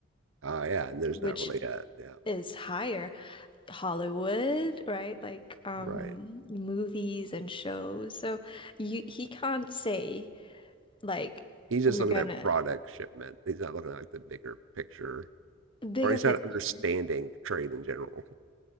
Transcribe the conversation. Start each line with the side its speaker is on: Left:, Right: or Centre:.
Right: Uh, yeah, and there's
Left: which
Right: not really a yeah.
Left: is higher. Hollywood, right? Like um
Right: Right.
Left: movies and shows. So you he can't say like
Right: He's just
Left: we're
Right: looking
Left: gonna
Right: at product shipment. He's not looking at like the bigger picture,
Left: bigger
Right: or he's
Left: picture.
Right: not understanding trade in general.